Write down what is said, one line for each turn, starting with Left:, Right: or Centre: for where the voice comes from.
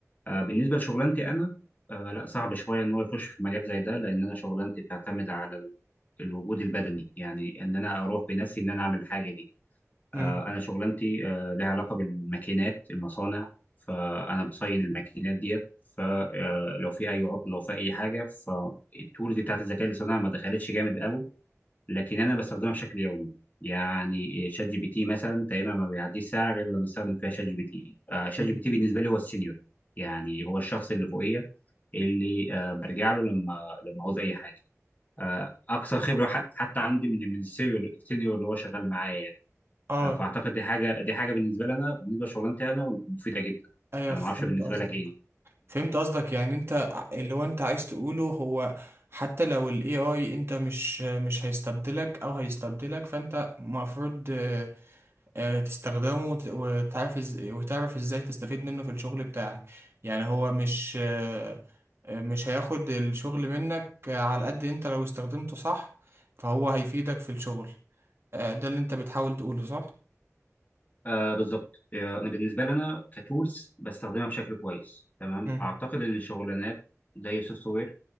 Left: آه، بالنسبه لشغلانتي انا آه، لا صعب شويه ان هو يخش في مجال زي ده لان انا شغلانتي بتعتمد على ال- الوجود البدني يعني ان انا اروح بنفسي ان انا اعمل الحاجه دي
Right: مم.
Left: آه، انا شغلانتي آه، لها علاقه بالماكينات المصانع فانا بصين الماكينات ديت فلو في اي عطل لو في اي حاجه فالتولز بتاعت الذكاء الاصطناعي ما دخلتش جامد قوي لكن انا بستخدمها بشكل يومي يعني شات جي بي تي مثلا تقريبا ما بيعديش ساعه غير لما استخدم فيها شات جي بي تي آه، شات
Right: مم.
Left: جي بي تي بالنسبه لي هو السينيور يعني هو الشخص اللي فوقيه اللي آه، برجع له لما لما عاوز اي حاجه آه، اكثر خبره ح- حتى عندي من من السينيور السينيور اللي هو شغال معايا يعني.
Right: اه
Left: آه، فاعتقد دي حاجه دي حاجه بالنسبه لي انا بالنسبه لشغلانتي انا مفيده جدا
Right: ايوه
Left: انا
Right: فهمت
Left: ما اعرفش بالنسبه
Right: قصدك
Left: لك ايه
Right: فهمت قصدك يعني انت ع- اللي هو انت عايز تقوله هو حتى لو ال AI انت مش مش هيستبدلك او هيستبدلك فانت المفروض آه، تستخدمه وت- وتعرف إز- وتعرف ازاي تستفيد منه في الشغل بتاعك يعني هو مش آه، آه، مش هياخد الشغل منك آه، على قد انت لو استخدمته صح فهو هيفيدك في الشغل آه، ده اللي انت بتحاول تقوله صح
Left: آه بالظبط آه، انا بالنسبه لي انا كتولز بستخدمها بشكل كويس تمام
Right: مم.
Left: اعتقد ان الشغلانات زي سوفت وير